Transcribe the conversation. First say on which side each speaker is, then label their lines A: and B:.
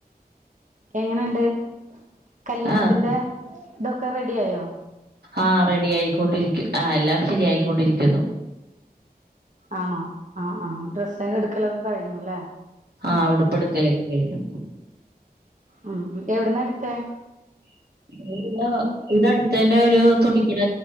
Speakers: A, on the right; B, on the right.
A: എങ്ങനെയുണ്ട് കല്യാണത്തിന്റെ
B: ആഹ്
A: ഇതൊക്കെ റെഡി ആയോ
B: ആ റെഡി ആയിക്കൊണ്ടിരിക്കും ആ എല്ലാം ശരിയായിക്കൊണ്ടിരിക്കുന്നു
A: ആണോ ആ ആ ഡ്രസ്സ് എടുക്കലൊക്കെ കഴിഞ്ഞുല്ലേ
B: ആ ഉടുപ്പെടുകലൊക്കെ കഴിഞ്ഞു
A: ആ എവിടന്നാ എടുത്തേ
B: <unintelligible> ഇവിടെ അടുത്തു തന്നെ ഒരു തുണിക്കട